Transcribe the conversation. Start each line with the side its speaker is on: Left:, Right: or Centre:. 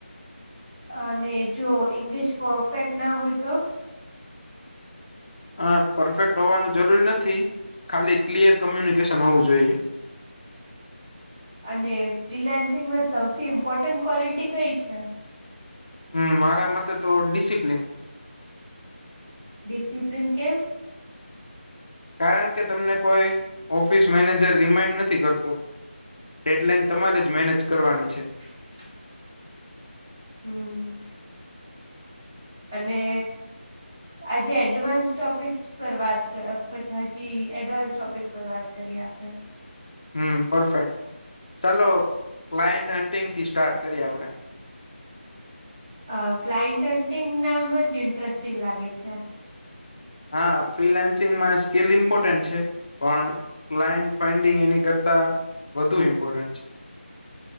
Right: અને જો ઈંગ્લિશ પરફેક્ટ ના હોય તો
Left: અ પરફેક્ટ હોવાનું જરૂરી નથી ખાલી ક્લિયર કોમ્યુનિકેશન હોવું જોઈએ
Right: અને ફ્રીલાન્સિંગમાં સૌથી ઇમ્પોર્ટન્ટ ક્વોલિટી કઈ છે
Left: હમ મારા મતે તો ડિસિપ્લિન
Right: ડિસિપ્લીન કેમ
Left: કારણ કે તમને કોઈ ઓફિસ મેનેજર રિમાઈન્ડ નથી કરતો ડેડલાઈન તમારે જ મેનેજ કરવાની છે
Right: <inaudible> હમ અને આજે એડવાન્સ ટોપિક્સ પર વાત કર હજી એડવાન્સ ટોપિક પર વાત કરીએ આપણે
Left: <inaudible> હમ પરફેક્ટ ચાલો ક્લાયન્ટ હન્ટિંગ થી સ્ટાર્ટ કરીએ આપણે
Right: અ ક્લાયન્ટન્ટિંગ નામ જ ઇન્ટરેસ્ટિંગ લાગે છે
Left: હા ફ્રીલાન્સિંગમાં સ્કીલ ઇમ્પોર્ટન્ટ છે પણ ક્લાયન્ટ ફન્ડિંગ એની કરતા વધુ ઇમ્પોર્ટન્ટ છે